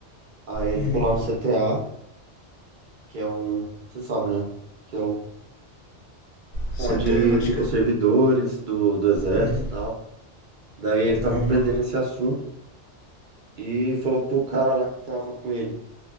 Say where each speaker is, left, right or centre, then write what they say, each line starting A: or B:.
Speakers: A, on the right; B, on the left.
A: Aí ele
B: uhum.
A: ficou lá no CTA, que é um, você sabe, né? Que é o,
B: Ciência
A: onde
B: telemática.
A: ficam os servidores do, do exército
B: Uhum,
A: e tal. Daí ele tava
B: uhum.
A: aprendendo esse assunto e falou pro cara lá que tava com ele.